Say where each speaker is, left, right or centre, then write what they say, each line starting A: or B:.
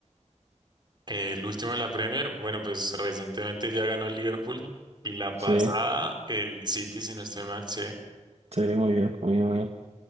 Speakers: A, on the right; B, on the right.
A: El último de la Premier, bueno, pues recientemente ya ganó el Liverpool y la pasada
B: Sí,
A: el City, si no estoy mal, sí.
B: sí, muy bien, muy bien, muy bien.